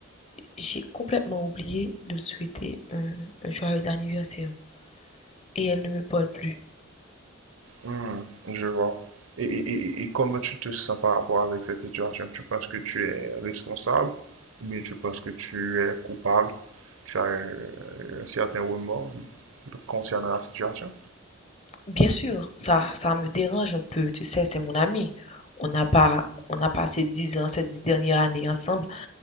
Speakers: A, on the left; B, on the right.
A: j'ai complètement oublié de lui souhaiter un, un joyeux anniversaire. Et elle ne me parle plus.
B: Hmm, je vois. Et, et, et- et comment tu te sens par rapport avec cette situation? Tu penses que tu es responsable ou bien tu penses que tu es coupable? Tu as un, un certain remords concernant la situation?
A: Bien sûr, ça, ça me dérange un peu, tu sais, c'est mon ami. On n'a pas, on a passé 10 ans, ces 10 dernières années ensemble,